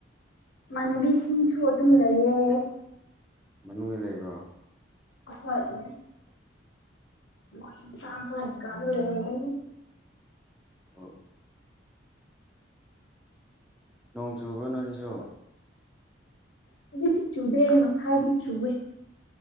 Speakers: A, on the left; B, in the centre.
A: ꯃꯅꯤ ꯁꯤꯡꯅꯁꯨ ꯑꯗꯨꯝ ꯂꯩꯌꯦꯦ
B: ꯃꯅꯨꯡꯗ ꯂꯩꯕ꯭ꯔꯣ
A: ꯑꯁ ꯍꯥꯏꯅꯦ ꯃꯣꯏ ꯁꯥꯟ ꯁꯥꯟ ꯀꯥꯗ ꯂꯩꯔꯒ
B: ꯍꯣ ꯅꯣꯡ ꯆꯨꯕ꯭ꯔꯣ ꯅꯣꯏꯒꯤꯁꯨ
A: ꯍꯧꯖꯤꯛꯗꯤ ꯆꯨꯗꯦ ꯃꯁꯥꯏꯗꯤ ꯆꯨꯋꯦ